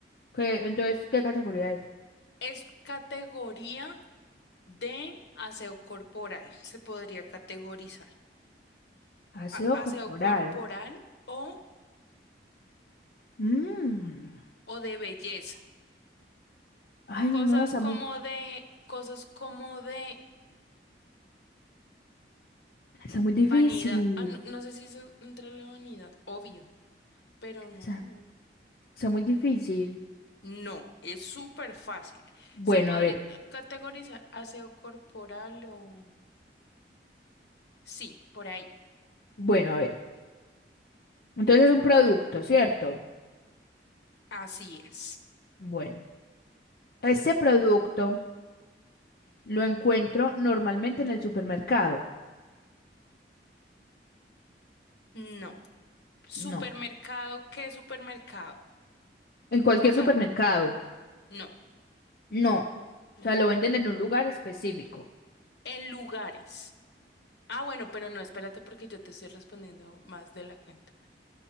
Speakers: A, on the left; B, on the left.
A: ¿Qué, entonces, ¿qué categoría es?
B: Es categoría de aseo corporal. Se podría categorizar.
A: Aseo
B: A- aseo
A: corporal.
B: corporal o,
A: Mm.
B: o de belleza.
A: Ay,
B: Cosas
A: no, está
B: como
A: muy,
B: de, cosas como de
A: está muy difícil.
B: vanidad. Ah, no, no sé si se entra en la vanidad, obvio, pero no,
A: Está,
B: no.
A: está muy difícil.
B: No, es súper fácil.
A: Bueno,
B: ¿Se podría
A: a ver,
B: ah, categorizar aseo corporal o...? Sí, por ahí.
A: bueno, a ver. Entonces es un producto, ¿cierto?
B: Así es.
A: Bueno, este producto lo encuentro normalmente en el supermercado.
B: No. ¿Supermercado
A: No.
B: qué supermercado?
A: En cualquier
B: O sea,
A: supermercado.
B: no,
A: No.
B: no.
A: O sea, lo venden en un lugar específico.
B: En lugares. Ah, bueno, pero no, espérate porque yo te estoy respondiendo más de la cuenta.